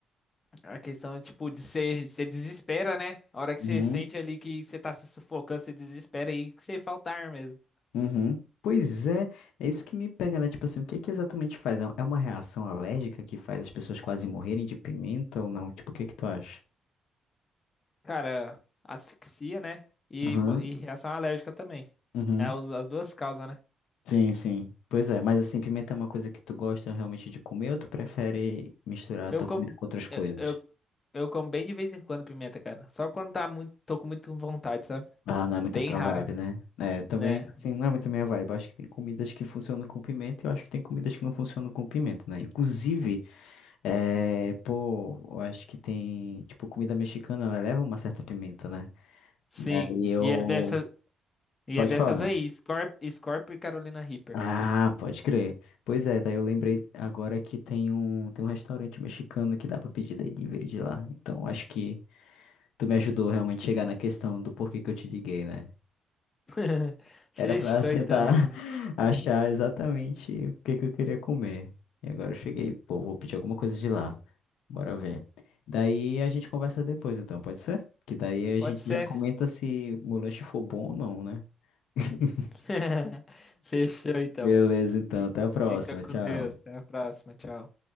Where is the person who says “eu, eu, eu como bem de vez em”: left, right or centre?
Left